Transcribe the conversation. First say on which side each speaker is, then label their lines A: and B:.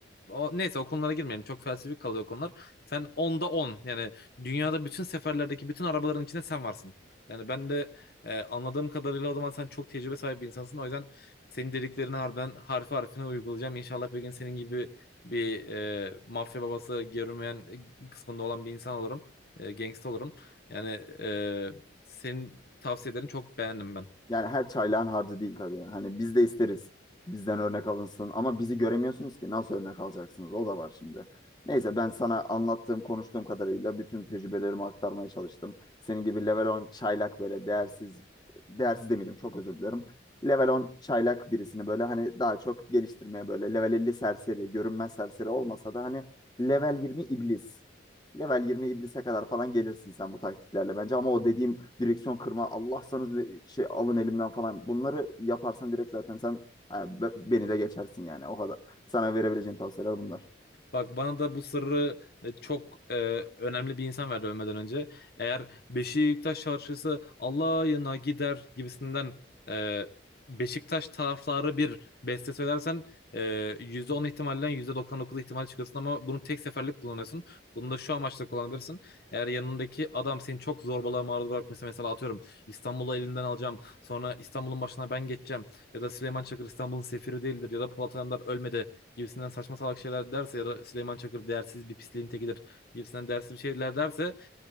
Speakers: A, on the left (about 50°); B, on the left (about 20°).
A: o, neyse o konulara girmeyelim. Çok felsefik kalıyor o konular. Sen onda 10 yani dünyada bütün seferlerdeki bütün arabaların içinde sen varsın. Yani ben de e, anladığım kadarıyla o zaman sen çok tecrübe sahibi bir insansın. O yüzden senin dediklerini harbiden harfi harfine uygulayacağım. İnşallah bir gün senin gibi bir e, mafya babası görünmeyen e, kısmında olan bir insan olurum. E, gangsta olurum. Yani e, senin tavsiyelerini çok beğendim ben.
B: Yani her çaylağın harcı değil tabii. Hani biz de isteriz. Bizden örnek alınsın. Ama bizi göremiyorsunuz ki. Nasıl örnek alacaksınız? O da var şimdi. Neyse ben sana anlattığım, konuştuğum kadarıyla bütün tecrübelerimi aktarmaya çalıştım. Senin gibi level 10 çaylak böyle değersiz, değersiz demeyelim çok özür dilerim. Level 10 çaylak birisini böyle hani daha çok geliştirmeye böyle level 50 serseri, görünmez serseri olmasa da hani level 20 iblis level 20 iblise kadar falan gelirsin sen bu taktiklerle bence. Ama o dediğim direksiyon kırma Allah'sanız bir şey alın elimden falan. Bunları yaparsan direkt zaten sen ha, be- beni de geçersin yani o kadar. Sana verebileceğim tavsiyeler bunlar.
A: Bak bana da bu sırrı e, çok e, önemli bir insan verdi ölmeden önce. Eğer Beşiktaş şarkısı Allah'ına gider gibisinden e, Beşiktaş tarafları bir beste söylersen e, %10 ihtimalden %99 ihtimal çıkıyorsun ama bunu tek seferlik kullanıyorsun. Bunu da şu amaçla kullanabilirsin. Eğer yanındaki adam seni çok zorbalığa maruz bırakmışsa mesela atıyorum İstanbul'u elinden alacağım sonra İstanbul'un başına ben geçeceğim ya da Süleyman Çakır İstanbul'un sefiri değildir ya da Polat Alemdar ölmedi gibisinden saçma salak şeyler derse ya da Süleyman Çakır değersiz bir pisliğin tekidir gibisinden değersiz bir şeyler derse